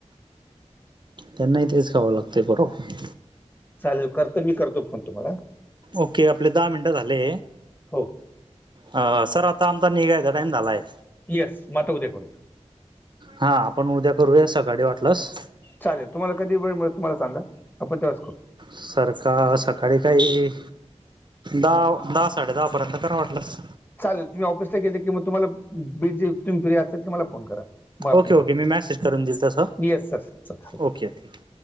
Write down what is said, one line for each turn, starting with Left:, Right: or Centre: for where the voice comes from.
Right: त्यांना ही तेच खावं लागते बरोबर.
Left: चालेल करतो. मी करतो फोन तुम्हाला हां.
Right: ओके आपले दहा मिनटं झाले.
Left: हो
Right: ह सर आता आमचा निघायचा टाईम झालाय.
Left: येस म आता उद्या करूया.
Right: हा आपण उद्या करूया, सकाळी वाटलंस.
Left: चालेल तुम्हाला कधी वेळ तुम्हाला सांगा, आपण तेव्हाच करू.
Right: सर का सकाळी काही. दहा दहा साडे दहा पर्यंत करा वाटलंस.
Left: चालेल तुम्ही ऑफिसला गेले की मग, तुम्हाला बिझी तुम्ही फ्री असेल की मला फोन करा. मग आपण
Right: ओके
Left: करू,
Right: ओके मी मॅसेज करून देईल तसं
Left: येस सर हरकत नाही.
Right: ओके ठीक